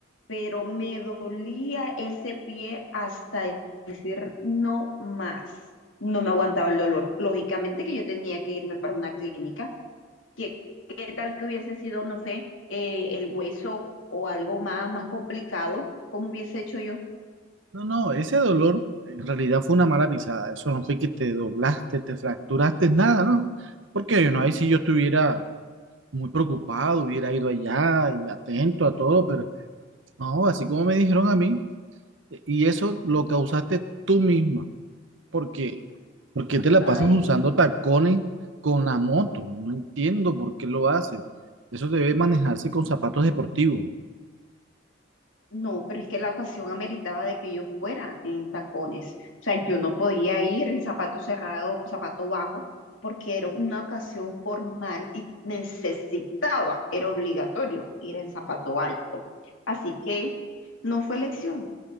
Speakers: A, on the left (about 80°); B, on the right (about 75°).
A: pero me dolía ese pie hasta decir no más. No me aguantaba el dolor. Lógicamente que yo tenía que irme para una clínica ¿Qué, qué tal que hubiese sido, no sé, eh, el hueso o algo más, más complicado? ¿Cómo hubiese hecho yo?
B: No, no, ese dolor en realidad fue una mala pisada. Eso no fue que te doblaste, te fracturaste, nada, ¿no? Porque, no ahí si yo estuviera muy preocupado, hubiera ido allá y atento a todo, pero no, así como me dijeron a mí, e, y eso lo causaste tú misma. Porque, porque te la
A: Ay,
B: pasas usando tacones con la moto. No entiendo por qué lo haces. Eso debe manejarse con zapatos deportivos.
A: no, pero es que la ocasión ameritaba de que yo fuera en tacones. O sea, yo no podía ir en zapato cerrado, zapato bajo, porque era una ocasión formal y necesitaba, era obligatorio ir en zapato alto. Así que no fue elección.